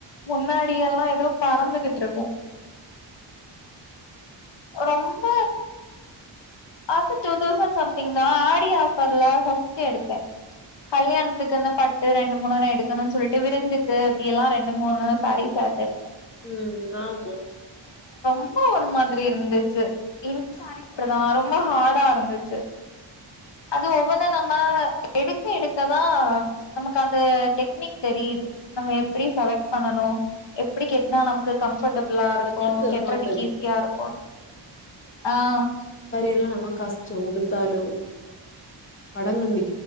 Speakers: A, on the left; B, on the left.
A: முன்னாடி எல்லா எதோ பறந்துகிட்ருக்கு ரொம்ப அப்ப டூ தௌசண்ட் சம்திங் தா ஆடி ஆஃபர்ல பஸ்ட்டு எடுத்தே கல்யாணத்துக்குன்னு பட்டு ரெண்டு மூணுனு எடுக்கணுனு சொல்ட்டு விருந்துக்கு அப்டி எல்லா ரெண்டு மூணு சாரி சேர்த்த
B: உம் ஆமொ
A: ரொம்ப ஒரு மாதிரி இருந்துச்சு <inaudible> இப்டிதா ரொம்ப ஹார்டா இருந்துச்சு அது ஒவ்வொன்னு நம்ம எடுக்க எடுக்கதா நமக்கு அந்த டெக்னிக் தெரியுது நம்ம எப்படி செலக்ட் பண்ணனு எப்படி கெட்னா நமக்கு கம்பர்ட்டபிளா
B: ம்.
A: இருக்கும்
B: அந்த கிளாத்
A: கெட்றதுக்கு
B: பாத்துடு.
A: ஈஸியா இருக்கும் ஆஹ்
B: எல்லா நம்ம கஷ்டம் உடுத் தாலு அடங்க நி